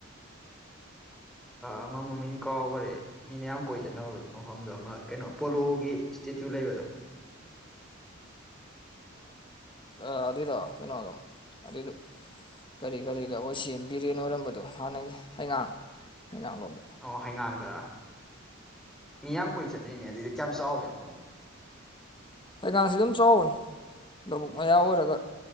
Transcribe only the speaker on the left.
ꯑꯦ ꯑꯗꯨꯗꯣ ꯊꯩꯅꯣꯗꯝ ꯑꯗꯨꯗꯨ ꯀꯔꯤ ꯀꯔꯤꯒ ꯑꯩꯈꯣꯏ ꯁꯦꯝꯕꯤꯔꯦꯅ ꯑꯣꯏꯔꯝꯕꯗꯣ ꯍꯥꯟꯅꯒꯤ ꯍꯩꯉꯥꯡ ꯍꯩꯉꯥꯡ ꯂꯣꯝꯗ
ꯍꯩꯒꯥꯡꯁꯤ ꯑꯗꯨꯝ ꯆꯥꯎꯕꯅꯤ ꯂꯧꯕꯨꯛ ꯃꯌꯥ ꯑꯣꯏꯔꯒ